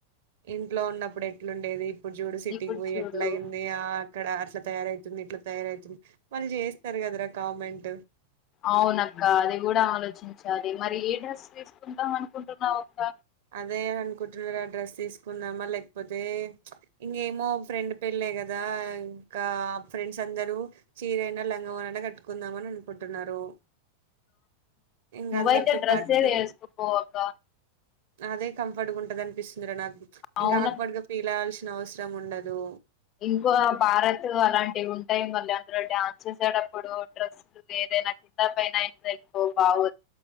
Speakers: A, on the right; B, on the left.
A: ఇంట్లో ఉన్నప్పుడు ఎట్లుండేది ఇప్పుడు చూడు సిటీకి
B: ఇప్పుడు
A: పోయి
B: చూడు
A: ఎట్ల అయింది ఆ అక్కడ అట్లా తయారైతుంది ఇట్లా తయారైతుంది వాళ్ళు చేస్తారు కదరా కామెంట్
B: అవునక్క అది కూడా ఆలోచించాలి మరి ఏ డ్రెస్ వేసుకుంటాం అనుకుంటున్నావుక్క
A: అదే అనుకుంటున్నారు ఆ డ్రెస్ తీసుకుందామా లేకపోతే ఇంకేమో ఫ్రెండ్ పెళ్ళే కదా ఇంకా ఫ్రెండ్స్ అందరూ చీరైనా లంగవోని అన్న కట్టుకుందామని అనుకుంటున్నారు ఇంక
B: నువ్వైతే
A: అందరితో
B: డ్రెస్స్
A: పాటు
B: ఏది ఏసుకుపోవాక్క
A: అదే కంఫర్ట్గా ఉంటది అనిపిస్తుందిరా నాకు
B: అవును
A: ఇంకా ఆక్వర్డ్ గా ఫీల్ అవ్వాల్సిన నవసరం ఉండదు
B: ఇంకో భారత్ అలాంటివి ఉంటాయి మళ్ళీ అందులో డ్యాన్స్ చేసేటప్పుడు డ్రస్ ఏదైనా కింద పన అపో బాదు